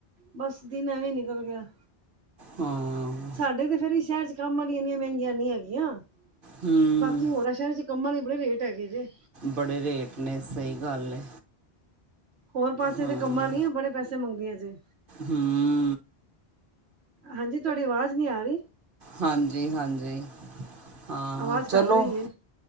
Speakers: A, on the right (about 75°); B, on the right (about 55°).
A: ਬਸ ਦਿਨ ਐਵੇਂ ਨਿਕਲ ਗਿਆ।
B: ਹਾਂ।
A: ਸਾਡੇ ਤੇ ਫੇਰ ਸ਼ਹਿਰ ਚ ਕੰਮ ਵਾਲੀਆਂ ਇੰਨੀਆਂ ਮਹਿੰਗੀਆਂ ਨੀ ਹੈਗੀਆਂ।
B: ਹੂੰ
A: ਬਾਕੀ ਹੋਰਾਂ ਸ਼ਹਿਰ ਚ ਕੰਮਾਂ ਦੇ ਬੜੇ ਰੇਟ ਹੈਗੇ ਜੇ
B: ਬੜੇ ਰੇਟ ਨੇ ਸਹੀ ਗੱਲ ਹੈ।
A: ਹੋਰ ਪਾਸੇ
B: ਹਾਂ
A: ਦੇ ਕੰਮਾਂ ਲਈਆਂ ਬੜੇ ਪੈਸੇ ਮੰਗਦੀਆਂ ਜੇ
B: ਹੂੰ।
A: ਹਾਂਜੀ ਤੁਹਾਡੀ ਆਵਾਜ਼ ਨੀ ਆ ਰ
B: ਹਾਂਜੀ-ਹਾਂਜੀ ਹਾਂ
A: ਆਵਾਜ਼ ਕੱਟ
B: ਚਲੋ
A: ਰਹੀ ਏ